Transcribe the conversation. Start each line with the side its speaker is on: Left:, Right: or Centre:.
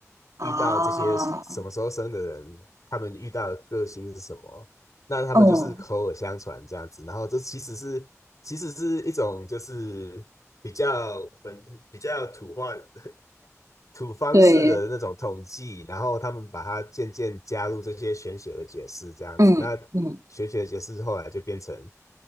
Right: 啊，
Left: 遇到这些什么时候生的人，他们遇到的个性是什么，那他们就是口耳相传这样子，
Right: 嗯，
Left: 然后这其实是其实是一种就是比较本比较土话 <laughs> 土方式的那种统计，
Right: 对，
Left: 然后他们把它渐渐加入这些玄学的解释这样子，
Right: 嗯嗯。
Left: 那玄学的解释后来就变成。